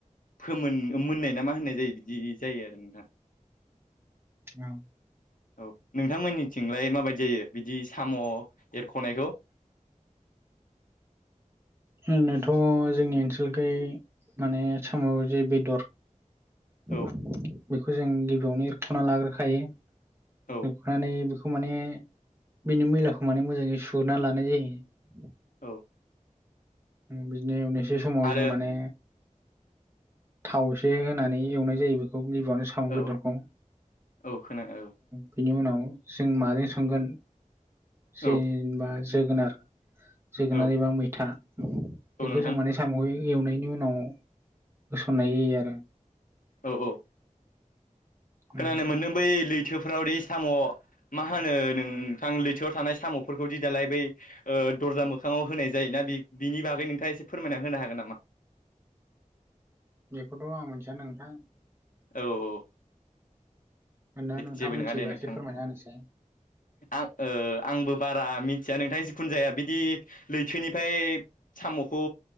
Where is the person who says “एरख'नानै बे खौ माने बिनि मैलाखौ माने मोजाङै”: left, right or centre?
Right